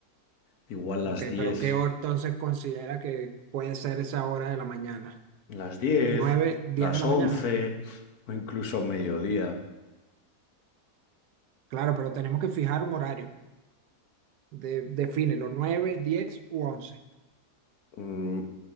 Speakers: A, on the left; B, on the right.
A: Igual
B: Ok,
A: las diez
B: pero ¿qué hora entonces considera que puede ser esa hora de la mañana?
A: las diez
B: ¿Nueve, diez
A: las
B: de la
A: 11
B: mañana?
A: o incluso mediodía.
B: Claro, pero tenemos que fijar un horario. De, defínelo, nueve, diez u once.
A: Mm,